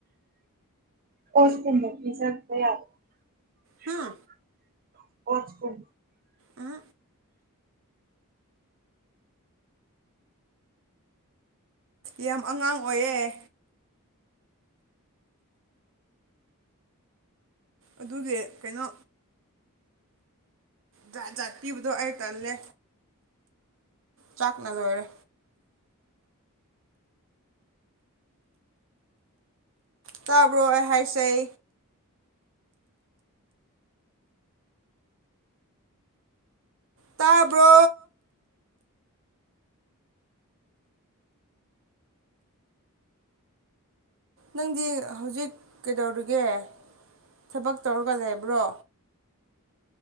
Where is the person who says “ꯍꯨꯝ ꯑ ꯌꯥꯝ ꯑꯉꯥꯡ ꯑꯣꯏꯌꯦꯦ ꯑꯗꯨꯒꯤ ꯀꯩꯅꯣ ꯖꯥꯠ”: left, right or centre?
Right